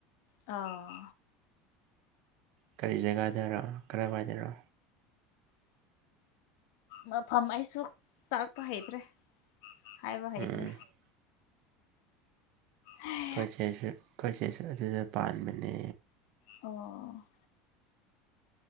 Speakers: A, on the left (about 70°); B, on the right (about 60°).
A: ꯑꯥ
B: ꯀꯔꯤ ꯖꯒꯥꯗꯔꯣ ꯀꯔꯋꯥꯏꯗꯔꯣ?
A: ꯃꯐꯝ ꯑꯩꯁꯨ ꯇꯥꯛꯄ ꯍꯩꯇ꯭ꯔꯦ꯫ ꯍꯥꯏꯕ ꯍꯩꯇ꯭ꯔꯦ꯫
B: ꯎꯝ ꯑꯩꯈꯣꯏ
A: ꯍꯦ
B: ꯈꯣꯢ ꯆꯦꯁꯨ ꯈꯣꯏꯆꯦꯁꯨ ꯑꯗꯨꯗ ꯄꯥꯟꯕꯅꯦ꯫
A: ꯑꯣ